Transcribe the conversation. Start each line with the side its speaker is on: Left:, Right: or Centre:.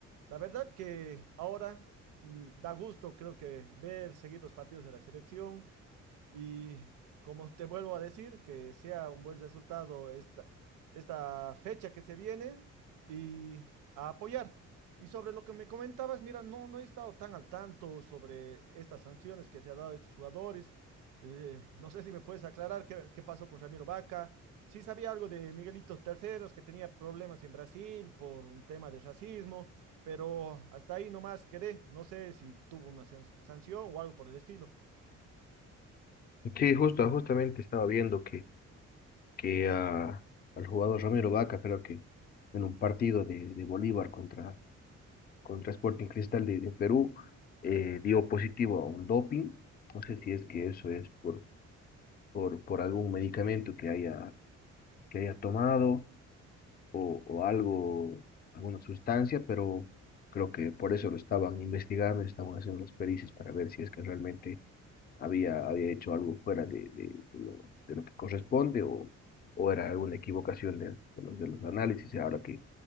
Right: La verdad que ahora mm, da gusto, creo que ver, seguir los partidos de la selección. Y como te vuelvo a decir, que sea un buen resultado esta, esta fecha que se viene y a apoyar. Y sobre lo que me comentabas, mira, no, no he estado tan al tanto sobre estas sanciones que se ha dado a estos jugadores. Eh, no sé si me puedes aclarar qué, qué pasó con Ramiro Vaca. Sí sabía algo de Miguelito Terceros, que tenía problemas en Brasil por un tema de racismo, pero hasta ahí nomás quedé. No sé si tuvo una san- sanción o algo por el estilo.
Left: Sí, justo, justamente estaba viendo que que a- al jugador Romero Vaca, creo que en un partido de, de Bolívar contra, contra Sporting Cristal de, de Perú, eh, dio positivo a un doping. No sé si es que eso es por, por, por algún medicamento que haya, que haya tomado o, o algo, alguna sustancia, pero creo que por eso lo estaban investigando, estaban haciendo las pericias para ver si es que realmente había, había hecho algo fuera de, de, de lo, de lo que corresponde o, o era alguna equivocación de, de los, de los análisis. Y ahora que